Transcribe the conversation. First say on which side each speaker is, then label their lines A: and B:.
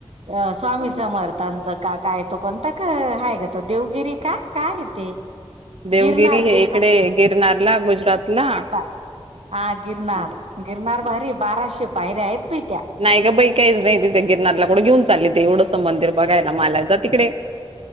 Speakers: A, on the right; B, on the right.
A: अ स्वामी समर्थांचं का काय तो कोणता का आहेय का त देवगिरी का काय ते
B: देवगिरी
A: गिरनार
B: हे
A: गिरनार
B: इकडे गिरनारला गुजरात ला
A: गिरनार हा गिरनार गिरनार भारी बाराशे पायऱ्या आहेत बी त्या
B: नाही गं बाई काहीच नाही तिथे गिरनारला कुठं घेऊन चालली ते एवढंसं मंदिर बघायला मला जा तिकडे